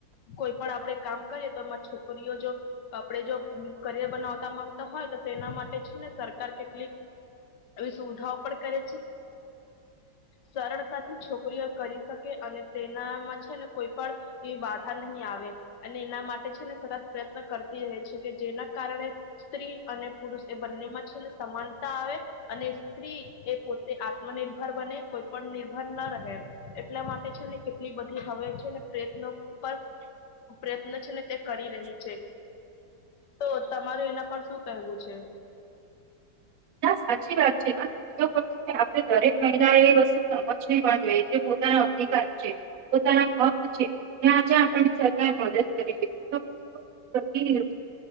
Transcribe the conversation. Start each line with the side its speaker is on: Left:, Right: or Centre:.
Left: કોઈ પણ આપણે કામ કરીએ તો એમાં છોકરીઓ જો આપણે જો કરિયર બનાવતા માંગતા હોય તો તેના માટે છે ને સરકાર કેટલીક એ સુવિધાઓ પણ કરે સરળતાથી છોકરીઓ કરી શકે અને તેનામાં છે ને કોઈ પણ એવી બાધા નહીં આવે અને એના માટે છેને સરત પ્રયત્ન કરતી રહે છે કે જેના કારણે સ્ત્રી અને પુરુષ એ બંનેમાં છે ને સમાનતા આવે અને સ્ત્રી એ પો તે આત્મનિર્ભર બને કોઈ પણ નિર્ભર ના રહે એટલા માટે છે ને કેટલી બધી હવે છે ને પ્રયત્નો પર પ્રયત્ન છે ને તે કરી રહી છે તો તમારું એના પર શું કહેવું છે.
Right: સાચ વાત છે આપ દરેક મહિલા એ વસ્તુ સમજ જોઈએ પોના અધિકાર છે પોતાના હક છે તજ આપ સરકાર મદદ કરી